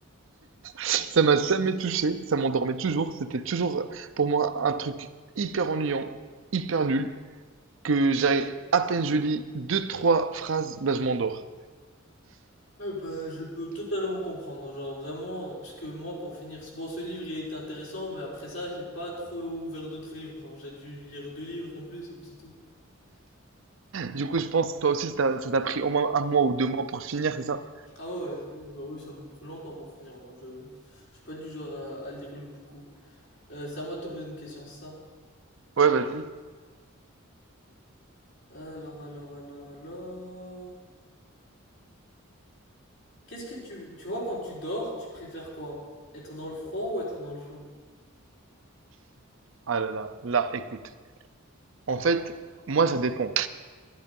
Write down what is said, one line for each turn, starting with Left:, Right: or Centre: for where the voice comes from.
Right: Ça m'a jamais touché. Ça m'endormait toujours. C'était toujours, pour moi, un truc hyper ennuyant, hyper nul, que j'arrive, à peine je lis deux, trois phrases, bah, je m'endors.
Left: Euh, bah, je peux totalement comprendre, genre vraiment, euh, parce que moi, pour finir, ce- bon, ce livre, il était intéressant, mais après ça, j'ai pas trop ouvert d'autres livres, genre j'ai dû lire deux livres en plus, et puis c'est tout.
Right: Du coup, je pense que toi aussi, ça t'a ça t'a pris au moins un mois ou deux mois pour finir, c'est ça?
Left: Ah ouais, oui, bah oui, ça me prend longtemps pour finir. Moi, je, je suis pas du genre à, à lire le beaucoup. Euh, c'est à moi de te poser une question, c'est ça.
Right: Ouais, vas-y.
Left: Alors, alors, alors, alors. Qu'est-ce que tu, tu vois, quand tu dors, tu préfères quoi? Être dans le froid ou être dans le chaud?
Right: Ah là là, là, écoute. En fait, moi, ça dépend.